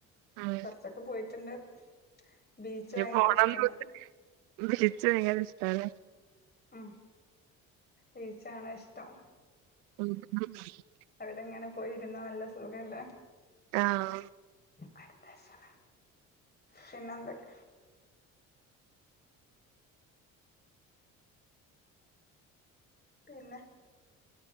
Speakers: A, on the right (about 75°); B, on the left (about 25°).
A: ഉം
B: കുറച്ചൊക്കെ പോയിട്ടുണ്ട് ബീച്ച്
A: ഇനി
B: ഭയങ്കര
A: പോണംന്നുണ്ട്
B: ഇഷ്ടമാണ്
A: ബീച്ച് ഭയങ്കര ഇഷ്ടാല്ലേ
B: ഉ ബീച്ചാണ് ഇഷ്ടം
A: <inaudible>
B: അവിടെങ്ങനെ പോയിരുന്ന നല്ല സുഖല്ലേ
A: ആഹ
B: അടുത്ത പിന്നെന്തൊക്കെ പിന്നെ